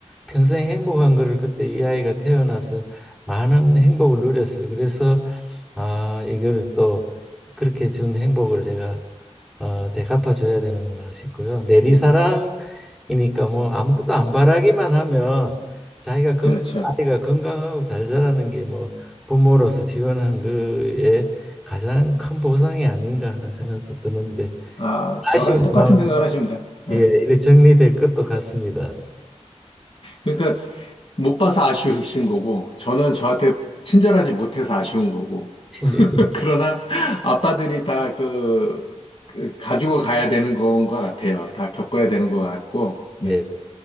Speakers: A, in the centre; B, on the left (about 50°).
A: 평생 행복한 거를 그때 이 아이가 태어나서 많은 행복을 누렸어요. 그래서 아 이걸 또 그렇게 준 행복을 내가 어, 되갚아 줘야 되는구나 싶고요. 내리사랑이니까 뭐 아무것도 안 바라기만 하면 자기가 건
B: 그렇죠.
A: 아이가 건강하고 잘 자라는 게 뭐 부모로서 지원한 거에 가장 큰 보상이 아닌가 하는 생각도 드는데
B: 아, 저랑
A: 아쉬운
B: 똑같은
A: 마음
B: 생각을 하십니다. 예.
A: 예 이렇게 정리될 것도 같습니다.
B: 그러니까 못 봐서 아쉬우신 거고, 저는 저한테 친절하지 못해서 아쉬운 거고,
A: 신- 예
B: 그러나 아빠들이 다 그, 그 가지고 가야 되는 건 것 같아요. 다 겪어야 되는 것 같고, 네,
A: 예.